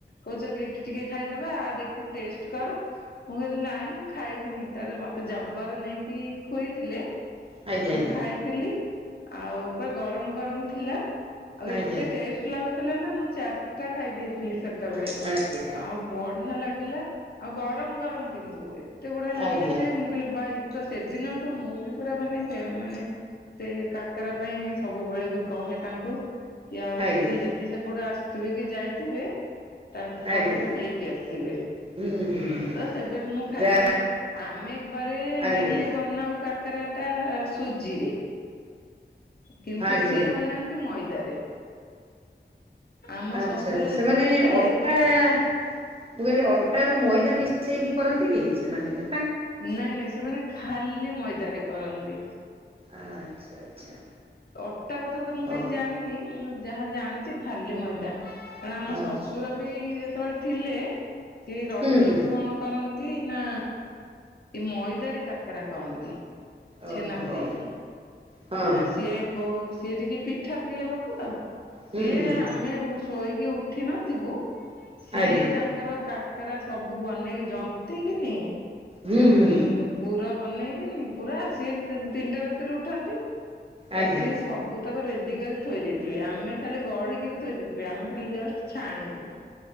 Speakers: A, on the left (about 55°); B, on the right (about 30°).
A: କହୁଛ କେଇଠିିକେ ଖାଇଦବା ଆଉ ଦେଖଠି ଟେଷ୍ଟ କର। ମୁଁ କହିଲି ନାଇଁ ମୁଁ ଖାଇବିନି ତାର ମତେ ଜବର ନେଇକି ଖୁଆଇଥିଲେ।
B: ଆଜ୍ଞା
A: ତ ମୁଁ ଖାଇଥିଲି ଆଉ ପୁରା ଗରମ ଗରମ ଥିଲା। ଆଉ ଏତେ
B: ଆଜ୍ଞା ଆଜ୍ଞା
A: ଟେଷ୍ଟ ଲାଗୁଥିଲା ନା ମୁଁ ଚାର ଟା ଖାଇ ଦେଇେଇଥିଲି ତାକୁ। ସେତେବେଳେ
B: ଆଜ୍ଞା।
A: ଆଉ ବଢିଆ ଲାଗିଲା ଆଉ ଗରମ ଗରମ କିନ୍ତୁ। ଏତେ ବଢିଆ ଲାଗିଲା
B: ଆଜ୍ଞା।
A: ଯେ ମୁଁ କହିଲି ଭାଇ ତ ସେଦିନଠୁ ମୁଁ ବି ପୁରା ମାନେ ମାନେ ସେଇ କାକରା ପାଇଁ ସବୁବେଳେ ବି କହେ ତାଙ୍କୁ କି ଆଉ
B: ଆଜ୍ଞା
A: କିଏ ଯଦି ସେପଟେ ଆସିଥିବେ କି ଯାଇଥିବେ ତାଙ୍କୁ
B: ଆଜ୍ଞା
A: କହିବ ନେଇକି ଆସିବେ।
B: ହୁଁ ହୁଁ ହୁଁ
A: ତ ସେବେ ମୁଁ ଖାଏ
B: ଯା
A: କାରଣ ଆମେ ଘରେ
B: ଆଜ୍ଞା
A: ମେନଲି
B: ଆଜ୍ଞା
A: ବନାଉ କା କାକରଟା ସୁଜିରେ। କିନ୍ତୁ
B: ଆଜ୍ଞା
A: ସିଏ
B: ଆଜ୍ଞା
A: ବନାନ୍ତି ମଇଦାରେ। ଆମ
B: ଆଛା
A: ଶ୍ୱଶୁର
B: ଆଚ୍ଛା
A: ଯେତେବେଳେ
B: ସେମାନେ
A: ଥିଲେ
B: ଅଟା ମୁଁ କହିଲି ଅଟା ଆଉ ମଇଦା ମିଶେଇକି କରନ୍ତି କି ସେମାନେ କି?
A: ନାଇଁ ନାଇଁ ସେମାନେ ଖାଲି ମଇଦାରେ କରନ୍ତି।
B: ଆଚ୍ଛା ଆଚ୍ଛା।
A: ଅଟା କଥା ତ ମୁଁ
B: ହଉ।
A: କାଇଁ ଜାଣିନି କିନ୍ତୁ ଯାହା ଜାଣି ଚି ଖାଲି ମଇଦା କାରଣ ଆମ
B: ଆଚ୍ଛା
A: ଶଶୁର
B: ଆଚ୍ଛା
A: ବି ଯେତେବେଳେ ଥିଲେ ସେ ରଜକୁ
B: ହୁଁ ହୁଁ
A: କଣ କର ନ୍ତି ନା ଏ ମଇଦାରେ କାକରା କରନ୍ତି।
B: ଓହୋ
A: ଛେନା ପୁରେଇକି
B: ହଁ
A: ଆ ସିଏ ବୋ ସିଏ ଟିକେ ପିଠା ପ୍ରିୟ ଲୋକ ତ ସିଏ
B: ହୁଁ ହୁଁ
A: ଆମେ
B: ହୁଁ
A: ଶୋ ଶୋଇକି ଉଠିନଥିବୁ ସିଏ
B: ଆଜ୍ଞା
A: ତାଙ୍କର କା କାକାରା ସବୁ ବନେଇକି ଜନ୍ତିକିନି
B: ହୁଁ
A: <unintelligible>
B: ହୁଁ
A: ପୁର ବନେଇକିନି ପୁରା ସିଏ ତିନିଟା ରାତିରେ ଉଠନ୍ତି ତ
B: ଆଜ୍ଞା
A: ସିଏ ସବୁତକ ରେ ରେଡ଼ିକରି ଥୋଇଦେଇଥିବେ ଆମେ ଖାଲି ଗଢିକି ବି ଥୋଇ ଦେଇଥିବେ ଆମେ ଖାଲି ଜଷ୍ଟ ଛାଣିବୁ।